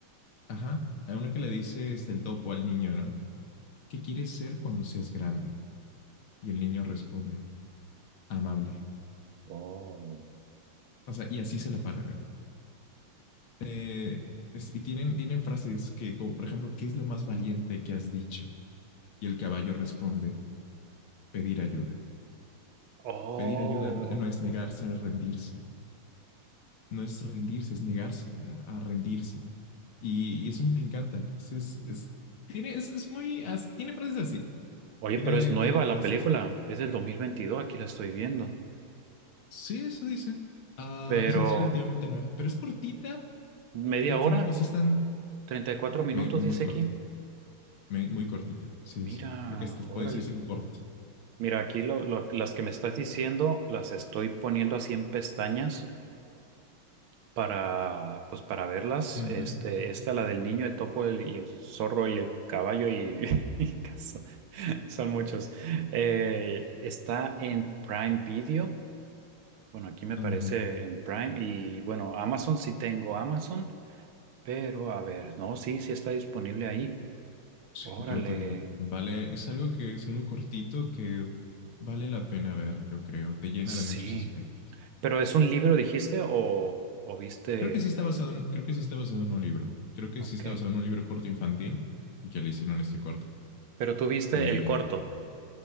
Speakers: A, on the left; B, on the right.
A: ajá, hay una que le dice este, el topo al niño, ¿no? ¿Qué quieres ser cuando seas grande? Y el niño responde, amable.
B: Oh,
A: O sea, y así se la paran. Eh, Eh, es- y tienen, tienen frases que, como, por ejemplo, ¿qué es lo más valiente que has dicho? Y el caballo responde, pedir ayuda.
B: Oh.
A: Pedir ayuda n- no es negarse a rendirse. No es rendirse, es negarse a, a rendirse. Y, y eso me encanta. Es, es- tiene, es, es muy, as- tiene frases así.
B: Oye,
A: Tiene,
B: pero es nueva
A: tiene frases.
B: la película. Es del 2022. aquí la estoy viendo.
A: Sí, eso dice. Ah,
B: Pero
A: sí, es relativamente nueva, pero es cortita,
B: media
A: pero
B: hora,
A: tiene cosas tan
B: 34 minutos
A: me- muy
B: dice
A: corta,
B: aquí.
A: me- muy cortita. Sí,
B: Mira,
A: sí. Creo que hasta puede
B: órale.
A: decirse un corto.
B: Mira, aquí lo- lo- las que me estás diciendo las estoy poniendo así en pestañas para, pues para verlas.
A: Ujú,
B: Este, esta, la del niño, el topo, el- y el zorro y el caballo y, <laughs> y caso- son muchos. Eh, está en Prime Video Bueno, aquí me
A: Ajá.
B: parece en Prime y bueno, Amazon sí tengo Amazon, pero a ver, no, sí, sí está disponible ahí.
A: Sí,
B: Órale,
A: yo te digo, vale, es algo que es algo cortito que vale la pena ver, yo creo, te llena
B: sí.
A: de muchos aspectos.
B: Pero es un libro, dijiste, o, o viste,
A: Creo que sí está basado en, creo que sí está basado en un libro. Creo que
B: ok.
A: sí está basado en un libro corto infantil y que le hicieron este corto.
B: Pero tú viste
A: Eh,
B: el corto.